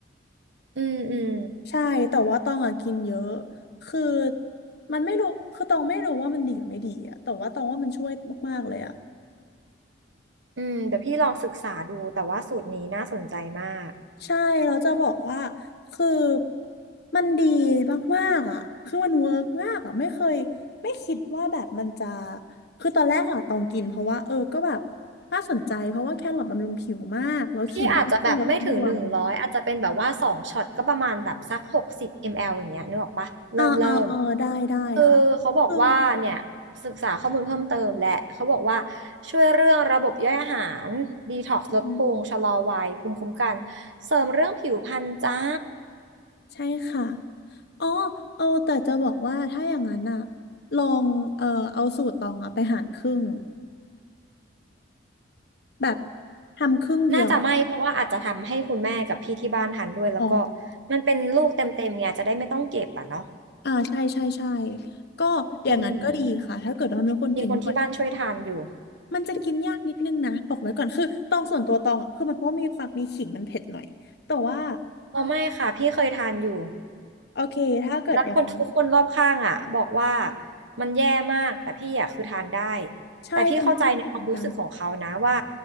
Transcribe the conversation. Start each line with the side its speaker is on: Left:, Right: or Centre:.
Right: อืมอืม
Left: ใช่แต่ว่าตองอะกินเยอะ คือมันไม่รู้คือตองไม่รู้ว่ามันดีหรือไม่ดีอะแต่ว่าตองว่ามันช่วยมากๆเลยอะ
Right: อืมเดี๋ยวพี่ลองศึกษาดูแต่ว่าสูตรนี้น่าสนใจมาก
Left: ใช่เราจะบอกว่า คือ มันดีมากๆอ่ะคือมันเวิร์กมากอ่ะไม่เคยไม่คิดว่าแบบมันจะ คือตอนแรกอ่ะตองกินเพราะว่าเออก็แบบน่าสนใจเพราะว่าแครอทบำรุงผิวมากแล้วขิงก็ลดบวม
Right: พี่อาจจะแบบไม่ถึงหนึ่งร้อยอาจจะเป็นแบบว่าสองช็อตก็ประมาณแบบสักหกสิบมลลิลิตรอย่างเงี้ยนึกออกปะเริ่มเริ่ม
Left: อ่าอ่าอ่าได้ได้ค่ะอืม
Right: คือเขาบอกว่าเนี่ยศึกษาข้อมูลเพิ่มเติมและเขาบอกว่าช่วยเรื่องระบบย่อยอาหารดีท็อกซ์ลดพุงชะลอวัยภูมิคุ้มกัน
Left: อืม
Right: เสริมเรื่องผิวพรรณจ้า
Left: ใช่ค่ะอ๋อเออแต่จะบอกว่าถ้าอย่างนั้นอ่ะลองเออเอาสูตรตองอ่ะไปหารครึ่ง แบบทำครึ่งเดียวอะ
Right: น่าจะไม่เพราะว่าอาจจะทำให้คุณแม่กับพี่ที่บ้านทานด้วยแล้วก็
Left: อ๋อ
Right: มันเป็นลูกเต็มๆไงจะได้ไม่ต้องเก็บอ่ะเนาะ
Left: อ่าใช่ใช่ใช่ก็อย่างนั้นก็ดีค่ะถ้าเกิดว่ามีคนกินด้วย
Right: อืมมีคนที่บ้านช่วยทานอยู่
Left: มันจะกินยากนิดนึงนะบอกไว้ก่อนคือตองส่วนตัวตองอะคือมันเพราะมีความมีขิงมันเผ็ดหน่อยแต่ว่า
Right: อ๋อไม่ค่ะพี่เคยทานอยู่
Left: โอเคถ้าเกิดอย่างนั้น
Right: แล้วคนทุกคนรอบข้างอ่ะบอกว่ามันแย่มากแต่พี่อ่ะคือทานได้
Left: ใช่ตองก็เหมือนกัน
Right: แต่พี่เข้าใจในความรู้สึกของเขานะว่า